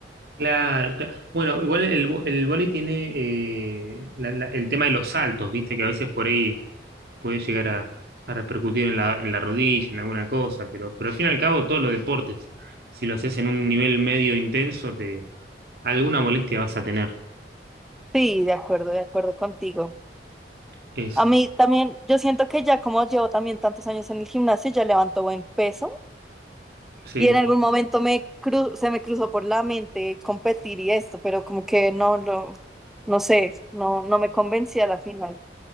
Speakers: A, on the right; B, in the centre.
A: claro, cla- Bueno, igual el, vo- el vóley tiene eh, la- la- el tema de los saltos, viste, que a veces por ahí puede llegar a, a repercutir en la, en la rodilla, en alguna cosa, pero, pero al fin y al cabo todos los deportes, si lo haces en un nivel medio intenso, te, alguna molestia vas a tener.
B: Sí, de acuerdo, de acuerdo contigo.
A: Es,
B: A mí también, yo siento que ya como llevo también tantos años en el gimnasio, ya levanto buen peso
A: sí.
B: y en algún momento me cru- se me cruzó por la mente competir y esto, pero como que no lo, no sé, no, no me convencí a la final.